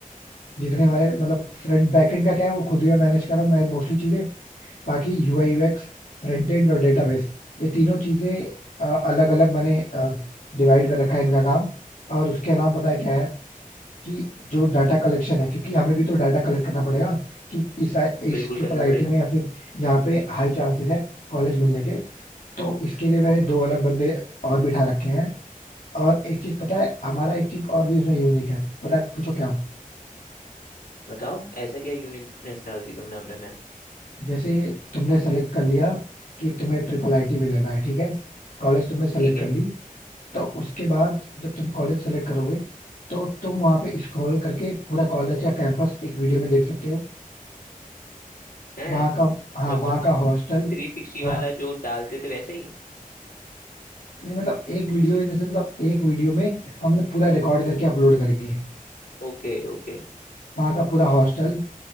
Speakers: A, on the left (about 65°); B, on the left (about 80°).
A: जितने हमारे मतलब फ्रंट बैक एंड का क्या है वो खुद ही मैं मैनेज कर रहा हूँ मैं मोस्टली चीजें बाकी यूआई यूएक्स फ्रंट एंड और डेटाबेस ये तीनों चीजें अलग अलग मैंने डिवाइड कर रखा है इनका काम और उसके अलावा पता है क्या है कि जो डाटा कलेक्शन है क्योंकि हमें भी तो डाटा कलेक्ट करना पड़ेगा कि इस इस
B: बिल्कुल
A: ट्रिपल
B: करना
A: आईटी
B: पड़ेगा
A: में या फिर यहाँ पे हाई चांसेस है कॉलेज मिलने के तो इसके लिए मैंने दो अलग बंदे और बिठा रखे हैं और एक चीज पता है हमारा एक चीज और भी उसमें यूनिक है पता है पूछो क्या
B: बताओ ऐसा क्या यूनिकनेस डाल दी तुमने अपने में
A: जैसे तुमने सेलेक्ट कर लिया कि तुम्हें ट्रिपल आईटी में लेना है ठीक है कॉलेज तुमने सेलेक्ट
B: ठीक है
A: कर ली तो उसके बाद जब तुम कॉलेज सेलेक्ट करोगे तो तुम वहां पे स्क्रॉल करके पूरा कॉलेज का कैंपस एक वीडियो में देख सकते हो
B: हैं
A: वहां का हाँ
B: मैं
A: वहां
B: वो
A: का हॉस्टल
B: थ्री सिक्सटी वाला
A: वहाँ
B: जो डालते थे वैसा ही
A: नहीं मतलब एक
B: Three
A: वीडियो
B: sixty
A: इन मतलब एक वीडियो में हम लोग पूरा रिकॉर्ड करके अपलोड करेंगे
B: Okay okay
A: वहाँ का पूरा हॉस्टल